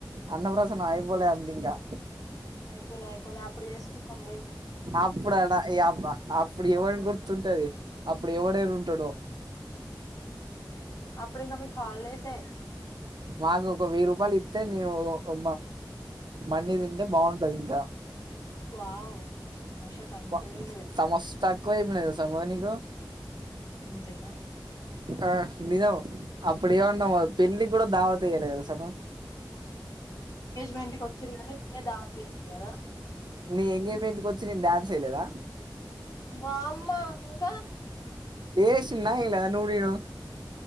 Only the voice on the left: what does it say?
పోలే అయిపోలే అప్పుడు చేసుకుందాం లే
అనుకుంటా.
అప్పుడింక మీకు హాల్డేసే
వావ్ ఆషకు అంతే
లేదు
అంతేనా
మెంట్ కి వచ్చిర్రు కానీ <unintelligible> దావత్ చేయరు కదా
వామ్మ ఇంకా